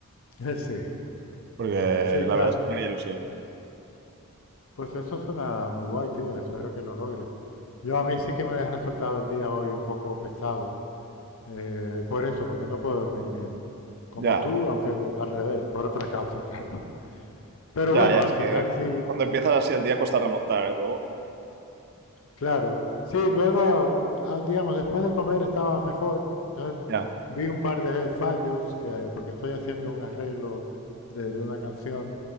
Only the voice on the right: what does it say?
porque
la
verdad es que me haría ilusión.
Ya,
ya,
ya,
es
que
cuando empiezas así el día cuesta remontar, ¿eh? Luego,
ya,